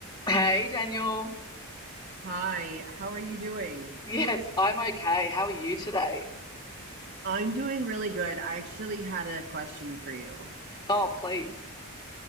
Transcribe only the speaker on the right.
Hi, how are you doing?
I'm doing really good. I actually had a question for you.